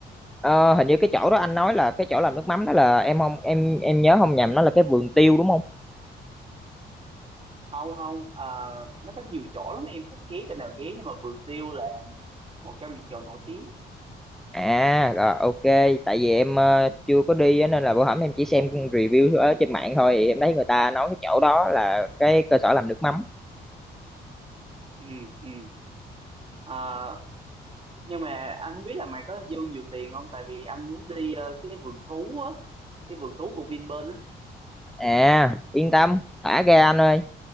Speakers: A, in the centre; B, on the right.
A: Ờ, hình như cái chỗ đó anh nói là cái chỗ làm nước mắm đó là em không em em nhớ không nhầm nó là cái vườn tiêu đúng không?
B: không không à, nó có nhiều chỗ lắm em thích ghé chỗ nào ghé nhưng mà vườn tiêu là một một trong những chỗ nổi tiếng á.
A: À rồi, ok, tại vì em ờ, chưa có đi á, nên là bữa hổm em chỉ xem review ở trên mạng thôi thì em thấy người ta nói cái chỗ đó là cái cơ sở làm nước mắm.
B: ừ ừ à, nhưng mà anh không biết là mày có dư nhiều tiền không tại vì anh muốn đi ờ, cái vườn thú á cái vườn thú của Vinpearl á
A: À, yên tâm, thả ra anh ơi.